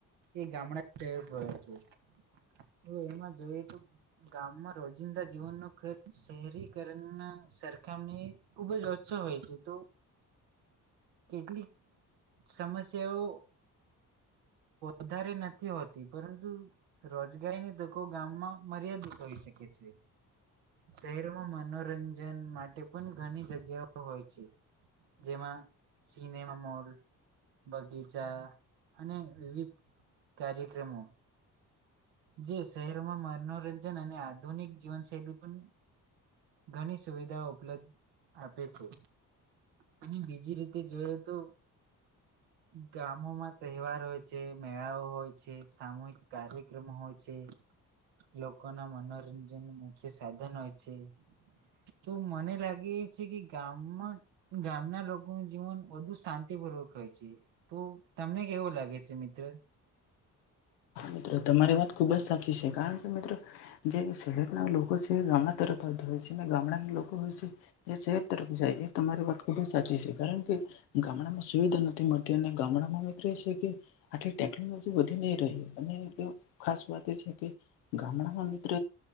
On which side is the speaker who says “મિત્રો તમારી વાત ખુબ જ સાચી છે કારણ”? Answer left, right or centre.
Left